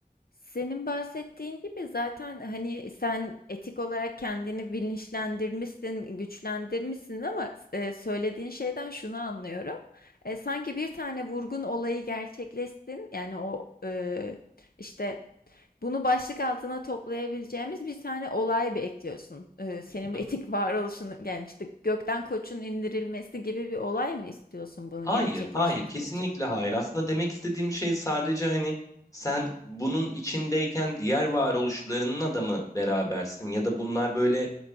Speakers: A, on the left; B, on the left.
A: Senin bahsettiğin gibi zaten hani sen etik olarak kendini bilinçlendirmişsin, güçlendirmişsin ama e, söylediğin şeyden şunu anlıyorum. E, sanki bir tane vurgun olayı gerçekleşsin. Yani o e, işte bunu başlık altına toplayabileceğimiz bir tane olay bir ekliyorsun. E, senin
B: Hı
A: bu
B: hı.
A: etik varoluşunu yani işte gökten koçun indirilmesi gibi bir olay mı istiyorsun bunun
B: Hayır,
A: gerçekleşmesi
B: hayır, kesinlikle
A: için?
B: hayır. Aslında demek istediğim şey sadece hani sen bunun içindeyken diğer varoluşlarının da mı berabersin ya da bunlar böyle